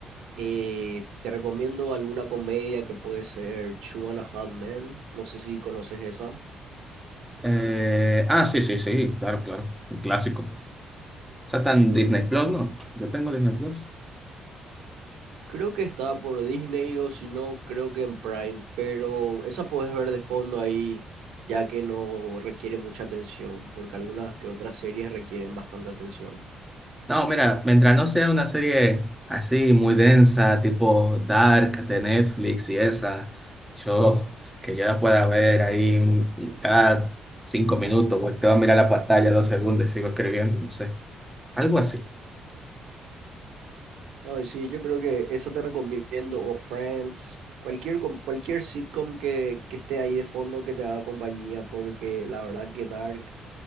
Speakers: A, on the right; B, in the centre.
A: eh, te recomiendo alguna comedia que puede ser Two and a Half Men. No sé si conoces esa.
B: Eh, ah, sí, sí, sí, claro, claro. Un clásico. O sea, está en
A: Mm,
B: Disney Plus, ¿no? Yo tengo Disney Plus.
A: Creo que está por Disney o si no, creo que en Prime, pero esa puedes ver de fondo ahí, ya que no requiere mucha atención, porque algunas que otras series requieren bastante atención.
B: No, mira, mientras no sea una serie así muy densa, tipo Dark de Netflix y esa, yo que yo la pueda ver ahí un- un- cada cinco minutos, pues te va a mirar la pantalla dos segundos y sigo escribiendo, no sé, algo así.
A: No, sí, yo creo que eso te recomiendo, o Friends, cualquier, com- cualquier sitcom que, que esté ahí de fondo que te haga compañía, porque la verdad que Dark,